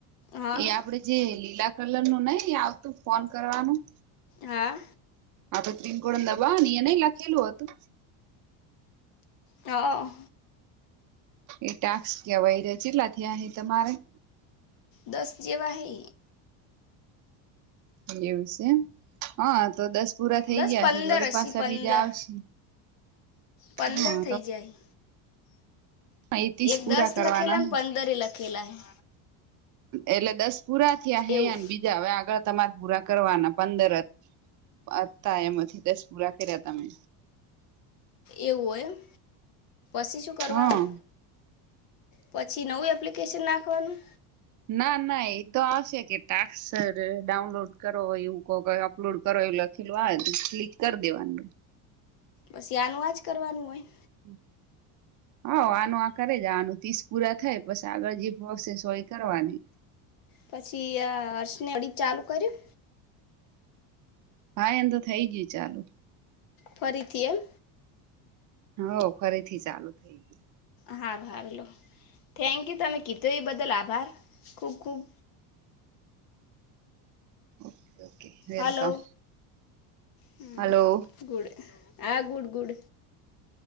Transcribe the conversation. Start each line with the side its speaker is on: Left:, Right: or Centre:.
Left: હા
Right: એ આપડે જે લીલા કલર નું નય આવતું ફોન કરવાનું.
Left: હા.
Right: આપળે ત્રીકળ દબાવેને એનેય લખેલું હતું.
Left: હા.
Right: એ ટાસ કેવાય ચેટલા થીયા હે તમારે.
Left: દસ જેવાહે
Right: એવું છે એમ હા તો દસ પૂરા થઈ
Left: દસ
Right: ગયાશે
Left: પંદર
Right: વડી
Left: હશે
Right: પાસા
Left: પંદર
Right: બીજા આવશે.
Left: પંદર
Right: હા
Left: થઈ જાય.
Right: અહીં તીશ
Left: એક
Right: પૂરા
Left: દસ
Right: કરવાના.
Left: લખેલા ને પંદરે લખેલા હે
Right: એટલે દસ પૂરા થયા હેને
Left: એવું
Right: બીજા હવે આગળ તમારે પૂરા કરવાના પંદર જ. અ હતા એમથી દસ પૂરા કર્યા તમે.
Left: એવું હોય એમ પછી શું કરવાનું.
Right: હા
Left: પછી નવું એપ્લિકેશન નાખવાનું.
Right: ના ના એતો આવશે કે ટાકસ ડાઉનલોડ કરો એવું કો કે. અપલોડ કરો એવું લખેલું આવે તો ક્લિક કરી દેવાનું.
Left: બસ આનું આજ કરવાનું હોય.
Right: હ. હઉ આનું આ કરે જ આનું તીસ પૂરા થાય પછી આગળ જે પ્રોસેસ હોય એ કરવાની.
Left: પછી આ હર્સને અડી ચાલુ કર્યું.
Right: ભાઈ એમ તો થઈ ગયું ચાલુ.
Left: ફરીથી એમ.
Right: હવ ફરીથી ચાલુ થઇ ગયું.
Left: હાર હારુ લો થેન્ક યુ તમે કીધું એ બદલ આભાર ખૂબ ખૂબ
Right: ઓકે ઓકે વેલકમ
Left: હલો હમ
Right: હલો
Left: ગુડ હા ગુડ ગુડ.